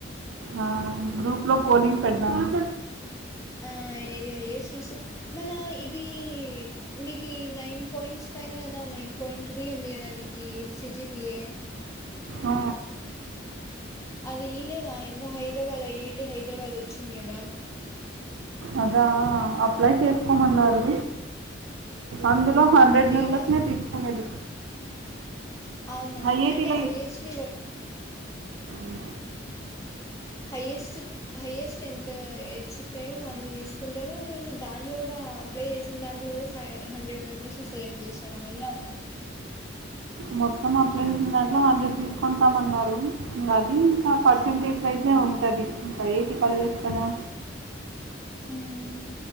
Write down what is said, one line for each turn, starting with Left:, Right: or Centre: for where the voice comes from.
Right: ఆ గ్రూప్ లో పోలింగ్ పెడదామా
Left: ఆ ఏది హైయట్ ఓస్ మళ్ళ ఇది నీకి నైన్ పాయింట్స్ పైన కదా నైన్ పాయింట్ త్రీ ఉంది కదా నీకి సిజిపిఏ
Right: ఆ,
Left: అది ఇలేదా ఎన్నో హైదరాబాద్ అయ్యేటి హైదరాబాద్ వచ్చింది కదా
Right: ఆదా అప్లై చేసుకోమన్నారు. అందులో
Left: ఉమ్
Right: హండ్రెడ్
Left: నేను
Right: మెంబర్స్ నే తీసుకుంది.
Left: అవునా
Right: ఐఐటీలో
Left: అంటే హయ్యెస్ట్ ని
Right: ఆ,
Left: హైయెస్ట్ హైయెస్ట్ ఎంత హేచ్చిట్టాయో అని తీసుకుంటారా లేంటే దాంట్లో కూడా అప్లై చేసిన దాంట్లో కూడా ఫైవ్ హండ్రెడ్ మెంబర్స్ సెలెక్ట్ చేసార మళ్ళ
Right: మొత్తం అప్లై చేసిన దాంట్లో హండ్రెడ్ తీసుకుంటాం. అన్నారు అది ఇంకా పర్సంటేజ్
Left: ఆ
Right: వైస్ ఉంటది ఇంకా ఐఐటీ కాలేజేస్ కదా
Left: మ్మ్